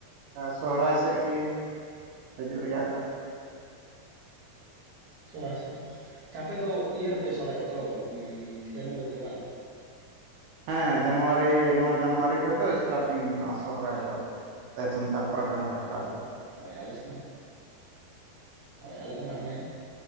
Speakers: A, on the right (about 80°); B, on the right (about 70°).
A: ᱥᱚᱦᱚᱨᱟᱭ ᱥᱮᱫ ᱜᱮ ᱦᱤᱡᱩᱜ ᱨᱮᱭᱟᱜ ᱫᱚ,
B: ᱥᱚᱨᱦᱟᱭ ᱥᱮᱫ ᱟᱪᱪᱷᱟ ᱟᱯᱮ ᱤᱭᱟᱹ ᱨᱮ ᱯᱮ ᱥᱚᱨᱦᱟᱭᱚᱜ ᱛᱚ ᱡᱟᱱᱩᱣᱟᱨᱤ ᱨᱮ ᱵᱟᱝ?
A: ᱦᱮᱸ ᱡᱟᱱᱩᱣᱟᱨᱤ ᱱᱚ ᱡᱟᱱᱩᱣᱟᱨᱤ ᱠᱷᱚᱡ ᱫᱚ ᱮᱥᱴᱟ ᱴᱤᱝ ᱥᱚᱦᱨᱟᱭ ᱫᱚ᱾ ᱱᱚ ᱛᱮ ᱥᱟᱱᱛᱟᱲ ᱯᱟᱨᱜᱟᱱᱟ ᱴᱚᱴᱷᱟ ᱨᱮ ᱫᱚ
B: ᱦᱳᱭ ᱟᱞᱮ ᱥᱮᱫ ᱫᱚ ᱱᱟᱜ ᱦᱳᱭ ᱟᱞᱮ ᱫᱚ ᱦᱟᱸᱜ ᱚᱱᱮ